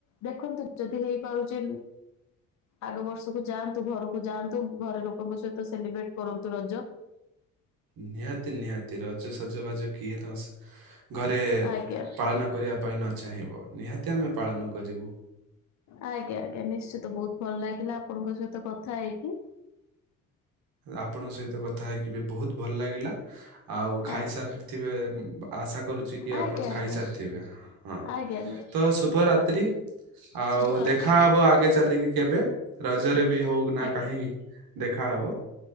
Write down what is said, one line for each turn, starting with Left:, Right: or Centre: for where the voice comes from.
Left: ଦେଖନ୍ତୁ ଯଦି ହେଇପାରୁଚି ଆଗ ବର୍ଷ ଘରଯାଆନ୍ତୁ ଘରକୁ ଯାଆନ୍ତୁ ଘରେ ଲୋକଙ୍କ ସହିତ ସେଲିବ୍ରେଟ କରନ୍ତୁ ରଜ।
Right: ନିହାତି ନିହାତି ରଜ ସଜବାଜ କିଏ ତ ଆସ ଘରେ
Left: ଆଜ୍ଞା
Right: ପାଳନ କରିବା ପାଇଁ ନ ଚାହିଁବ ନିହାତି ଆମେ ପାଳନ କରିବୁ।
Left: ଆଜ୍ଞା ଆଜ୍ଞା ନିଶ୍ଚିତ ବହୁତ ଭଲ ଲାଗିଲା ଆପଣଙ୍କ ସହିତ କଥା ହେଇକି।
Right: ଆପଣଙ୍କ ସହିତ କଥା ହେଇକିବି ବହୁତ ଭଲ ଲାଗିଲା ଆଉ ଖାଇସାରିଥିବେ
Left: ଆଜ୍ଞା
Right: ଆ ଆଶା କରୁଛିକି
Left: ଆଜ୍ଞା
Right: ଆପଣ
Left: ଆଜ୍ଞା
Right: ଖାଇସାରିଥିବେ ହଁ
Left: ଆଜ୍ଞା
Right: ତ ଶୁଭରାତ୍ରି। ଆଉ
Left: ଶୁଭରାତ୍ରି
Right: ଦେଖାହବ ଆଗେଚାଲିକି କେବେ ରଜରେବି ହଉନା
Left: ଆଜ୍ଞା
Right: କାହିଁକି ଦେଖା ହବ।